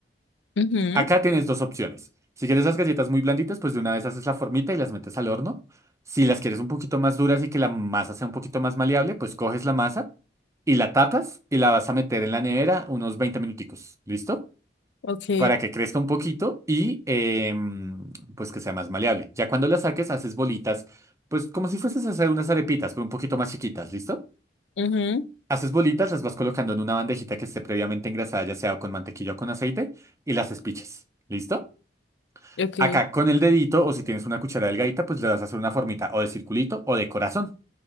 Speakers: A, on the left (about 85°); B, on the right (about 15°).
A: ujú,
B: Acá tienes dos opciones. Si quieres las galletas muy blanditas, pues de una vez haces la formita y las metes al horno. Si las quieres un poquito más duras y que la masa sea un poquito más maleable, pues coges la masa y la tapas y la vas a meter en la nevera unos 20 minuticos, ¿listo?
A: ok.
B: Para que crezca un poquito y em, pues que sea más maleable. Ya cuando la saques, haces bolitas, pues como si fueses a hacer unas arepitas, pero un poquito más chiquitas, ¿listo?
A: Ujú,
B: Haces bolitas, las vas colocando en una bandejita que esté previamente engrasada, ya sea con mantequilla o con aceite, y las espiches. ¿Listo?
A: ok,
B: Acá con el dedito, o si tienes una cuchara delgadita, pues le vas a hacer una formita o de circulito o de corazón.